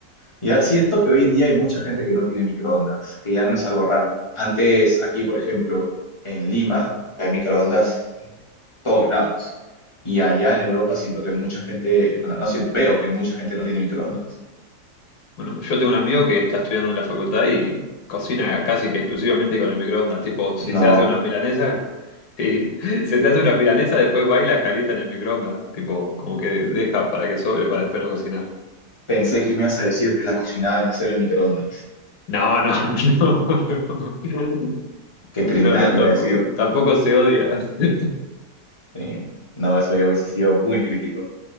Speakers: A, on the left; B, on the left.
A: Ya siento que hoy en día hay mucha gente que no tiene microondas, que ya no es algo raro. Antes, aquí, por ejemplo, en Lima, que hay microondas todos lados. Y allá en Europa siento que mucha gente, bueno, no siento, veo que mucha gente no tiene microondas.
B: Bueno, yo tengo un amigo que está estudiando en la facultad y cocina casi que exclusivamente con el microondas. Tipo, si
A: No
B: se hace una milanesa sí, <laughs> si se hace una milanesa después va y la calienta en el microondas. Tipo, como que deja para que sobre para después no cocinar.
A: pensé que me ibas a decir que la cocinada debe ser en microondas.
B: No, no, <laughs> no, no.
A: Qué criminal
B: No, no,
A: iba
B: tampoco.
A: a decir.
B: Tampoco se odia. <laughs>
A: Sí. No, eso yo hubiese sido muy crítico,